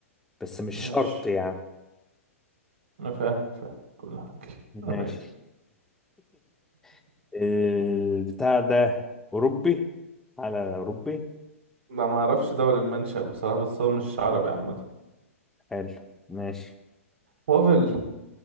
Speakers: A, in the centre; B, on the right.
A: بس مش
B: ماشي
A: شرط يعني
B: أنا فاهم فاهم كل حاجة <laughs>
A: ماشي
B: ماشي
A: <laughs> البتاع ده أوروبي على أوروبي
B: لا ما أعرفش دول المنشأ بصراحة بس هو مش عربي عامة
A: حلو ماشي
B: وافل